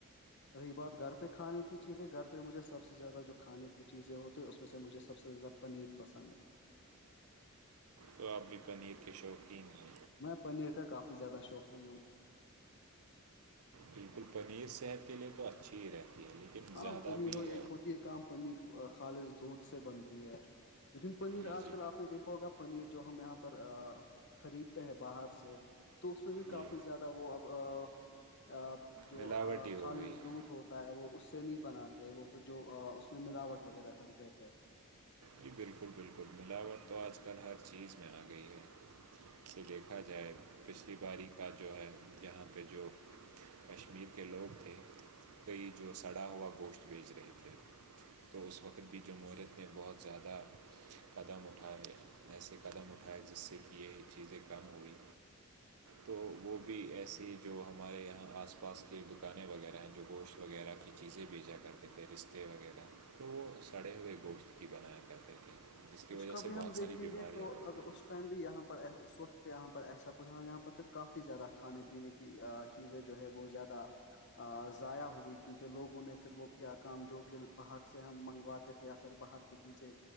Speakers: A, on the left; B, on the right.
A: رہی بات گھر پہ کھانے کی چیزیں گھر پہ مجھے سب سے زیادہ جو کھانے کی چیزیں ہوتی اس میں سے مجھے سب سے زیادہ پنیر پسند ہے
B: تو آپ بھی پنیر کے شوقین ہے
A: میں پنیر کا کافی زیادہ شوقین ہوں
B: بالکل پنیر صحت کے لیے تو اچھی ہی رہتی ہے لیکن
A: ہاں
B: زیادہ
A: پنیر
B: بھی
A: ایک ہوتی ہے کام پنیر خالص دودھ سے بنتی ہے لیکن پنیر
B: جی
A: آج
B: جی
A: کل آپ نے دیکھا ہوگا پنیر جو ہم یہاں پر ا خریدتے ہیں باہر سے تو اس میں بھی کافی
B: جی
A: زیادہ وہ اب اں ا اب جو
B: ملاوٹ ہی
A: خالص
B: ہو گئی
A: دودھ
B: ہے
A: ہو تا ہے وہ اس سے نہیں بناتے وہ پھر جو ا اس میں ملاوٹ وغیرہ کر دیتے
B: جی بالکل بالکل ملاوٹ تو آج کل ہر چیز میں آ گئی ہے اسے دیکھ کہا جائے پچھلی باری کا جو ہے یہاں پہ جو کشمیر کے لوگ تھے کئی جو سڑا ہوا گوشت بیچھ رہے تھے تو اس وقت بھی جمہوریت نے بہت زیادہ قدم اٹھائے ایسے قدم اٹھائے جس سے کی یہ چیزیں کم ہوئی تو وہ بھی ایسی جو ہمارے یہاں آس پاس کی دکانیں وغیرہ ہیں جو گوشت وغیرہ کی چیزیں بهیجا کرتے تھےپیستے وغیرہ تو وہ سڑے ہوئے گوشت کی بنایا کرتے تھے جس کی
A: اس
B: وجہ
A: کا بھی
B: سے بہت
A: ہم دیکھیں
B: ساری بیماریاں
A: گے تو
B: بھی ہوگی
A: اگر اس ٹائم بھی یہاں پر اس وقت یہاں پر ایسا کچ اور یہاں پر پھر کافی زیادہ کھانے پینے کی کی چیزیں جو ہے وہ زیادہ ضائع ہوئی کیونکہ لوگوں نے پھر وہ کیا کام جو کہ باہر سے ہم منگواتے تھے یا پھر باہر کی چیزیں